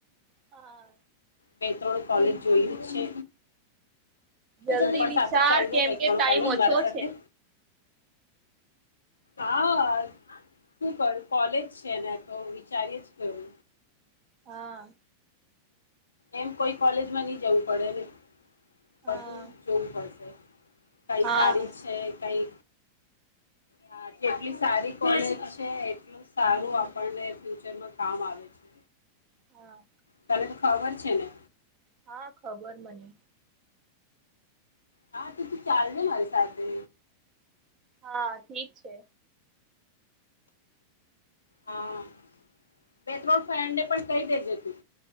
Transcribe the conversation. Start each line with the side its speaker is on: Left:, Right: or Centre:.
Right: હા.
Left: બે ત્રણ કોલેજ જોયું છે.
Right: જલ્દી
Left: તું પણ
Right: વિચાર
Left: સાથે ચાલજે
Right: કેમ
Left: બે ત્રણ
Right: કે ટાઈમ
Left: કૉલેજ
Right: ઓછો
Left: મારા સાથે.
Right: છે.
Left: હા શું કરું કોલેજ છેને તો વિચારીયા જ કરું.
Right: હા.
Left: એમ કોઈ કોલેજમાં નહી જવું પડે ને. વધુ
Right: હા
Left: જોવું પડશે. કઈ
Right: હા
Left: સારી જ છે કઈ. હા જેટલી સારી કોલેજ છે એટલું સારું આપણને ફ્યુચરમાં કામ આવે છે.
Right: હા.
Left: તને ખબર છે ને.
Right: હા ખબર મને.
Left: હા તો તું ચાલ ને મારી સાથે.
Right: હા ઠીક છે.
Left: હા. બે ત્રણ ફ્રેન્ડ ને પણ કઈ દેજે તું.